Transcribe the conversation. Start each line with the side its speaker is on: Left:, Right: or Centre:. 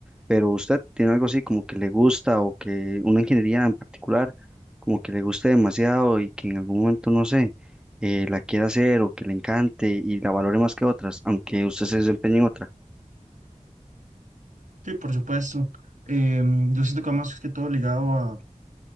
Centre: Pero usted tiene algo así como que le gusta o que una ingeniería en particular, como que le guste demasiado y que en algún momento, no sé, eh, la quiera hacer o que le encante y la valore más que otras, aunque usted se desempeñe en otra.
Right: Sí, por supuesto. em, yo siento que va más que todo ligado a,